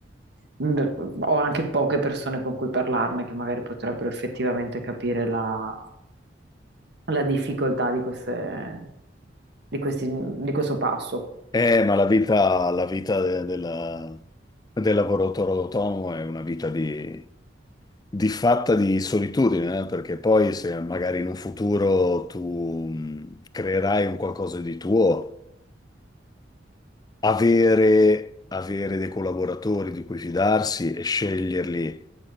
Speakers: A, on the right (about 60°); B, on the left (about 20°).
A: mh, ho anche poche persone con cui parlarne che magari potrebbero effettivamente capire la la difficoltà di queste, di questi, di questo passo.
B: Eh, ma la vita, la vita de- della- del lavoratore autonomo è una vita di, di fatta di solitudine, eh, Perché poi se magari in un futuro tu mh, creerai un qualcosa di tuo, avere, avere dei collaboratori di cui fidarsi e sceglierli